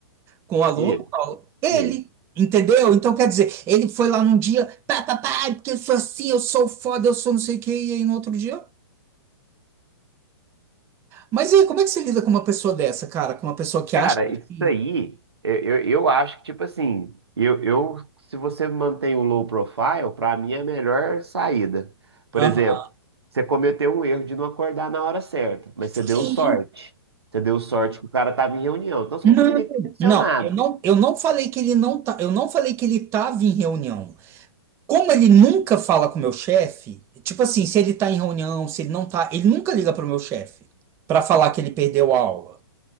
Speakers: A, on the right (about 20°); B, on the right (about 80°).
A: Com o aluno,
B: Ele,
A: qual? Ele,
B: ele.
A: entendeu? Então, quer dizer, ele foi lá num dia, pá, pá, pá, porque eu sou assim, eu sou foda, eu sou não sei o quê, e aí no outro dia. Mas e aí, como é que você lida com uma pessoa dessa, cara? Com uma pessoa que
B: Cara,
A: acha que.
B: isso aí, eu, eu, eu acho que, tipo assim, eu, eu, se você mantém o low profile, pra mim é a melhor saída. Por
A: Aham.
B: exemplo, você cometeu um erro de não acordar na hora certa, mas você
A: Sim.
B: deu sorte. Você deu sorte que o cara tava em reunião, então você
A: Não,
B: não devia nem ter mencionado.
A: não, eu não, eu não falei que ele não tá, eu não falei que ele tava em reunião. Como ele nunca fala com o meu chefe, tipo assim, se ele tá em reunião, se ele não tá, ele nunca liga pro meu chefe pra falar que ele perdeu a aula.